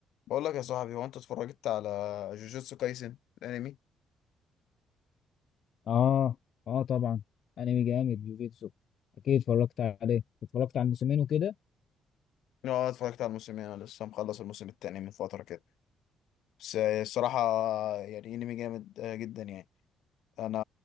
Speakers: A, on the left; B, on the left.
A: بقول لك يا صاحبي هو انت اتفرجت على جوجوتسو كايسن الانمي
B: اه اه طبعا انمي جامد جوجيتسو اكيد اتفرجت عليه اتفرجت على الموسمين وكده
A: اه اتفرجت على الموسمين انا لسه مخلص الموسم التاني من فتره كده بس الصراحه يعني انمي جامد آه، جدا يعني انا